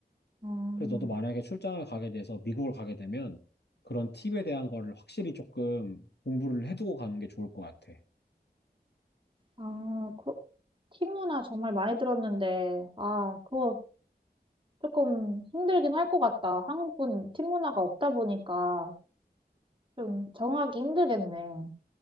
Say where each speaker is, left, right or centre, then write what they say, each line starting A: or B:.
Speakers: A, on the right; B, on the left.
A: 음,
B: 그래서 너도 만약에 출장을 가게 돼서 미국을 가게 되면 그런 팁에 대한 거를 확실히 조금 공부를 해두고 가는 게 좋을 것 같아.
A: 아, 그, 팀 문화 정말 많이 들었는데 아, 그거 조금 힘들긴 할 것 같다. 한국은 팀 문화가 없다 보니까 좀 적응하기 힘들겠네.